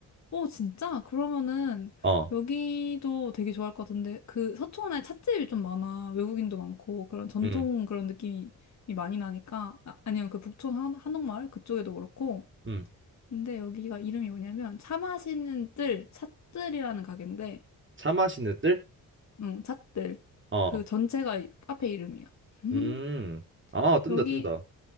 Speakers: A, on the left; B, on the right.
A: 오, 진짜? 그러면은
B: 어,
A: 여기도 되게 좋아할 것 같은데 그 서초원에 찻집이 좀 많아. 외국인도 많고 그런 전통
B: 음,
A: 그런 느낌이 많이 나니까 아, 아니면 그 북촌 한, 한옥마을 그쪽에도 그렇고
B: 음.
A: 근데 여기가 이름이 뭐냐면 차 마시는 뜰 찻뜰이라는 가게인데
B: 차 마시는 뜰?
A: 응, 찻뜰
B: 어,
A: 그 전체가 이- 카페 이름이야. <laughs>
B: 음. 아, 뜬다,
A: 여기
B: 뜬다.